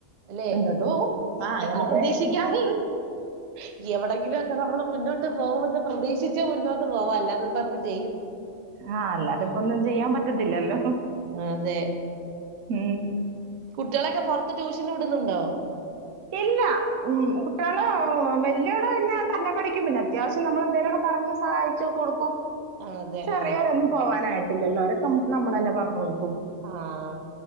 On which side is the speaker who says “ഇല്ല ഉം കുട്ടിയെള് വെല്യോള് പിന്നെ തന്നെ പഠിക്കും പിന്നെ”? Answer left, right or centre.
Right